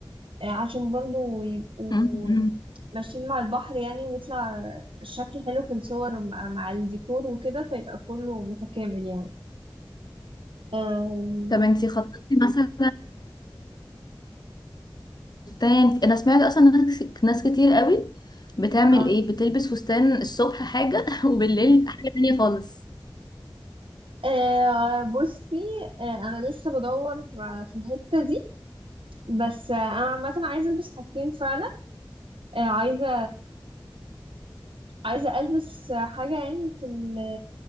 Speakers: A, on the right (about 75°); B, on the left (about 50°).
A: آه، عشان برضه يبقوا
B: م- م.
A: ماشيين مع البحر يعني ويطلع الشكل حلو في الصور مع, مع الديكور وكده فيبقى كله متكامل يعني أم...
B: طب انت خططتي مثلا فستان انا سمعت اصلا ناس ناس كتير قوي بتعمل
A: اه
B: ايه بتلبس فستان الصبح حاجه <laughs> وبالليل حاجه تانية خالص
A: آه، بصي آه، انا لسه بدور آه، في الحتة دي بس آه، انا عامة عايزة البس حاجتين فعلا آه، عايزة عايزة ألبس حاجة يعني في ال